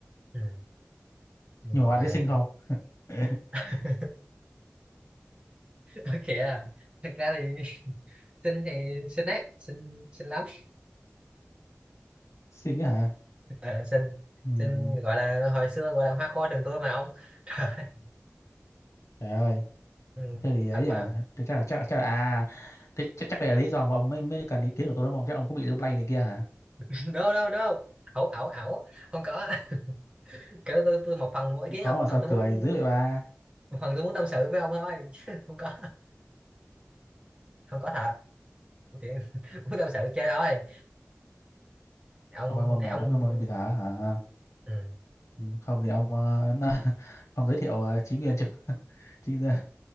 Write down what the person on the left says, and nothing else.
nhưng mà bạn
ấy xinh
không <laughs>
xinh á hả
ừ,
trời ơi
thế thì ấy
à thế chắc là chắc, chắc là à thế chắc chắc đây là lý do mà ông mới mới cần ý kiến của tôi đúng không chắc ông cũng bị lung lay này kia hả
không
có
mà sao
cười
dữ vậy ba
thôi mà mệt
lắm em ơi bây giờ hả
Ừ, không thì ông ờ, <laughs> ông giới thiệu ờ, Chí Nguyên cho <laughs> Chí Nguyên